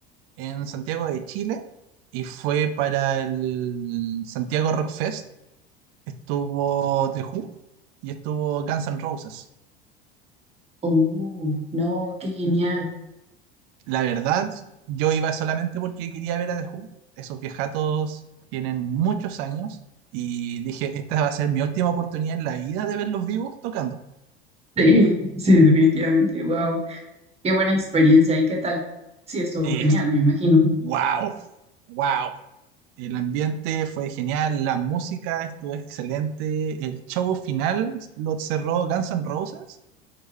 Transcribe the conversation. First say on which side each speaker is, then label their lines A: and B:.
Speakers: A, on the right; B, on the right.
A: en Santiago de Chile y fue para el Santiago Rock Fest. Estuvo The Who y estuvo Guns N' Roses.
B: Oh, no, qué genial.
A: la verdad, yo iba solamente porque quería ver a The Who. Esos viejatos tienen muchos años y dije, esta va a ser mi última oportunidad en la vida de verlos vivos tocando.
B: Sí, sí, definitivamente. Wow, qué buena experiencia. ¿Y qué tal? Sí, estuvo
A: Ex-
B: genial, me imagino.
A: wow, wow. El ambiente fue genial, la música estuvo excelente, el show final lo cerró Guns N' Roses